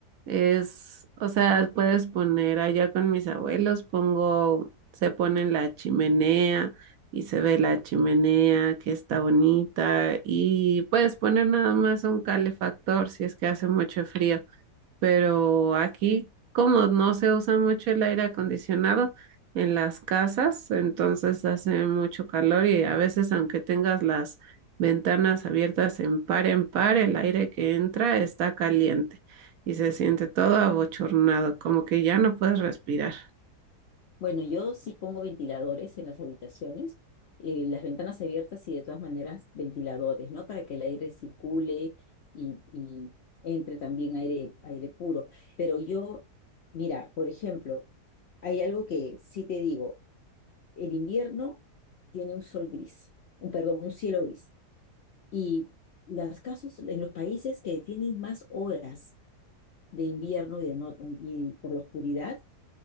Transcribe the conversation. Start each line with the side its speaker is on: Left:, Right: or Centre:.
Right: es, o sea, puedes poner allá con mis abuelos, pongo, se pone en la chimenea y se ve la chimenea que está bonita y puedes poner nada más un calefactor si es que hace mucho frío, pero aquí como no se usa mucho el aire acondicionado en las casas, entonces hace mucho calor y a veces aunque tengas las ventanas abiertas en par en par, el aire que entra está caliente. Y se siente todo abochornado, como que ya no puedes respirar.
Left: Bueno, yo sí pongo ventiladores en las habitaciones, eh, las ventanas abiertas y de todas maneras ventiladores, ¿no? Para que el aire circule y, y entre también aire, aire puro. Pero yo, mira, por ejemplo, hay algo que sí te digo, el invierno tiene un sol gris, un, perdón, un cielo gris. Y los casos en los países que tienen más horas de invierno y, de no- y por la oscuridad,